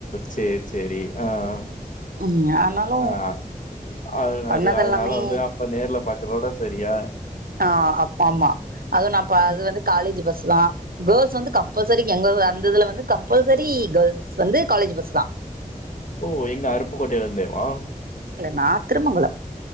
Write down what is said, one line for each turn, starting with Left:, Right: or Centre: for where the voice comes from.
Left: செரி செரி ஆஹ்
Right: ம் ஆனாலு
Left: அஹ் அது
Right: பண்ணதெல்லாமே
Left: அது அதனால வந்து அப்ப நேர்ல பாக்குறதோட சரியா
Right: ஆஹ் அப்ப ஆமா அதுவும் நான் பா அது
Left: ம்.
Right: வந்து காலேஜ் பஸ் தான் கேர்ள்ஸ் வந்து கம்பல்சரி எங்க அந்ததுல வந்து கம்பல்சரி கேர்ள்ஸ் வந்து காலேஜ் பஸ் தான்
Left: ஓ எங்க அருப்புக்கோட்டையில இருந்தேவா
Right: நான் திருமங்கலம்